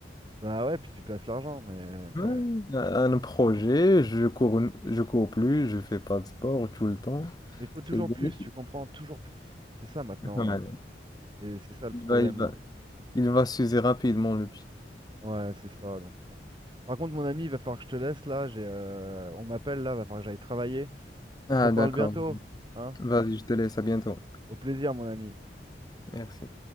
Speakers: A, on the right; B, on the left.
A: Bah ouais, puis tu places l'argent, mais euh,
B: Ouais, un un projet, je cours, une- je cours plus, je fais pas de sport tout le temps.
A: mais il faut toujours
B: C'est bénéfique.
A: plus, tu comprends, toujours plus. C'est ça maintenant.
B: Ouais.
A: Et c'est ça le
B: Il
A: problème.
B: va, il va, il va s'user rapidement, le pied.
A: Ouais, c'est ça. Donc bon. Par contre, mon ami, il va falloir que je te laisse là. J'ai, euh, on m'appelle là, va falloir que j'aille travailler. On
B: Ah,
A: se reparle
B: d'accord.
A: bientôt, hein?
B: Vas-y, je te laisse. À bientôt.
A: Au plaisir, mon ami.
B: Merci.